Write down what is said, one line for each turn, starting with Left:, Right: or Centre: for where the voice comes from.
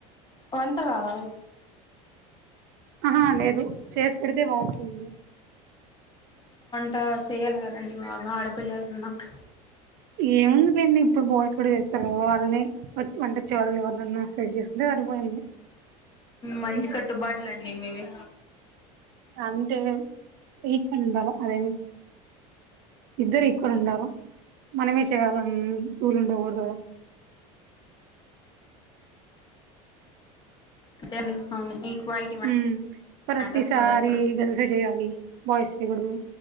Left: ట్వంటరాదా
Right: అహా లేదు చేసి పెడితే వాగుతుండ్
Left: ట చెయ్యాల గదండి బాగా ఆడపిల్లలన్నాక్
Right: ఏముందిలెన్ని ఇప్పుడు బాయ్స్ కూడా చేస్తారు కదా వాళ్ళని వచ్ వంటచ్చే వాళ్ళని ఎవర్నన్నా సెట్ చేసుకుంటే సరిపోయింది
Left: మంచి కట్టుబాట్లండి మీవి
Right: అంతే ఈక్వల్ ఉండాల అదేమి ఇద్దరు ఈక్వల్ ఉండాల మనమే చెయాలన్ రూలుండగుడదు
Left: అంతేండి అవును ఈక్వాలిటీ
Right: హ్మ్
Left: మ్యాటర్స్
Right: ప్రతిసారి
Left: కదా ఇప్పుడు
Right: గర్ల్సే జెయ్యాలి బాయ్స్ చెయ్ గుడుదు